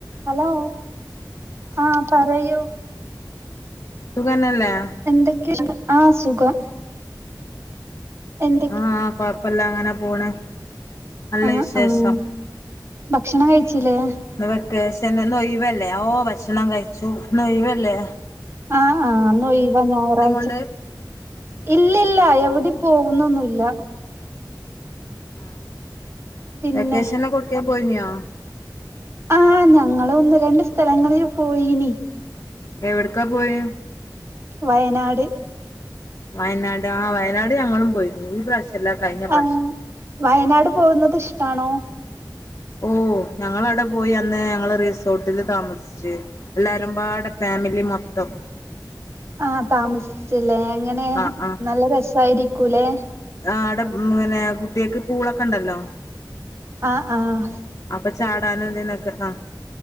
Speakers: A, on the right; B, on the left.
A: ഹലോ ആഹ് പറയൂ
B: സുഖന്നെല്ലേ?
A: എന്തൊക്കെയ്ണ്ട് ആഹ് സുഖം. എന്തൊക്കെ
B: ആഹ് കൊഴപ്പല്ലങ്ങനെപോണ് നല്ലെവിശേഷം.
A: ആഹ് ആഹ് ഭക്ഷണം കഴിച്ചിലേ?
B: ന്ന് വെക്കെശെന് ഇന്നൊയിവല്ലേ ഓ ഭക്ഷണം കഴിച്ചു ഇന്നൊയിവല്ലെ
A: ആഹ്, ആഹാ ഇന്നൊയ്‌വാ ഞായറാഴ്ച്ച.
B: കൊണ്ട്
A: ഇല്ലല്ലാ എവ്ടിം പോവുന്നൊന്നുല്ല.
B: ആഹ്
A: പിന്നെ
B: വെക്കേഷെനില് എവുടെക്കെങ്കിലൊക്കെ പോയിനോ?
A: ആഹ് ഞങ്ങൾ ഒന്ന് രണ്ട് സ്ഥലങ്ങളിൽ പോയീനി.
B: എവ്ട്ക്കാ പോയെ?
A: വയനാട്.
B: വയനാട് ആ വയനാട് ഞങ്ങളും പോയി ഈ പ്രവിശ്യാല്ലാ കയ്ഞ്ഞ പ്രവിശ്യാം.
A: ആഹ് വയനാട് പോകുന്നത് ഇഷ്ട്ടാണോ?
B: ഓഹ് ഞങ്ങളവ്ടെ പോയിഅന്ന് ഞങ്ങള് റിസോർട്ടില് താമസിച്ച്. എല്ലാരുംപാടെ ഫേമിലിമൊത്തം.
A: ആഹ് താമസിച്ലെ എങ്ങനെ
B: ആഹ്
A: നല്ല രെസായ്രിക്കൂലെ?
B: ആടെ ഉംങ്ങനെ കുട്ടിയാക്ക് പൂളൊക്കെ ഇണ്ടല്ലോ?
A: ആഹ്, ആഹ
B: അപ്പ ചാടാനും ഇതിനൊക്കെ ആ